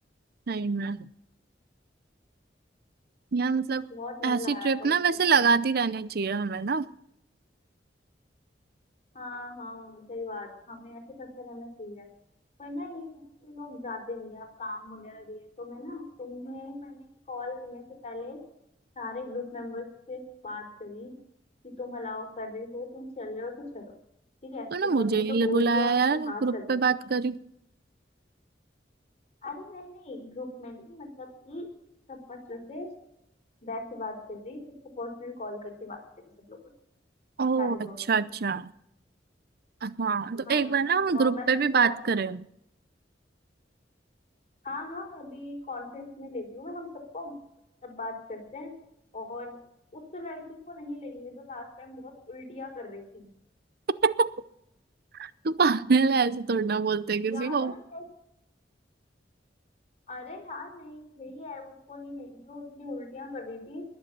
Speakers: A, on the right; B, on the left.
A: नहीं मैं यार मतलब
B: बहुत
A: ऐसी
B: मजा आया
A: ट्रिप
B: था उस
A: ना वैसे
B: पे तो
A: लगाती रहनी चाहिए हमें ना
B: हाँ हाँ सही बात हमें ऐसे करते रहना चाहिए पर ना ये है कि लोग जाते नहीं है अब काम वगैरह भी है तो मैं ना तुम्हें मैंने कॉल करने से पहले सारे ग्रुप मेंबर्स से बात करी कि तुम अलाउ कर रहे हो तुम चल रहे हो तो चलो ठीक है
A: तो
B: तो
A: ना
B: सबने
A: मुझे नहीं
B: तो बोल
A: बुलाया
B: दिया
A: यार
B: कि हाँ
A: ग्रुप
B: चलते
A: पे
B: हैं।
A: बात करी
B: अरे नहीं नहीं ग्रुप में नहीं मतलब कि सब बच्चों से वैसे बात करी सबको पर्सनल कॉल करके बात करी सब लोगों से
A: ओ
B: सारे दोस्तों
A: अच्छा
B: से
A: अच्छा हाँ तो
B: हाँ
A: एक बार ना हम
B: तो
A: ग्रुप
B: मैं
A: पे
B: तुमसे
A: भी बात
B: बात
A: करें
B: हाँ हाँ अभी कॉन्फ्रेंस में लेती हूँ मैं हम सबको तब बात करते हैं और उस लड़की को नहीं लेंगे जो लास्ट टाइम बहुत उल्टियाँ कर रही थी
A: <laughs> तू पागल है ऐसे थोड़ी ना बोलते किसी
B: याद
A: को
B: है ना टेस्ट अरे यार नहीं भाई है उसको नहीं लेनी वो इतनी उल्टियाँ कर रही थी